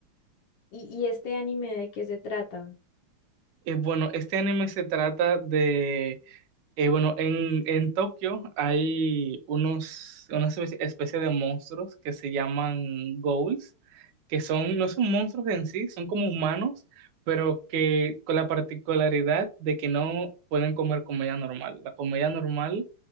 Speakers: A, on the left; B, on the right.
A: ¿Y, y este anime de qué se trata?
B: Eh, bueno, este anime se trata de, eh, bueno, en, en Tokio hay unos, una espe- especie de monstruos que se llaman ghouls, que son, no son monstruos en sí, son como humanos, pero que con la particularidad de que no pueden comer comida normal. La comida normal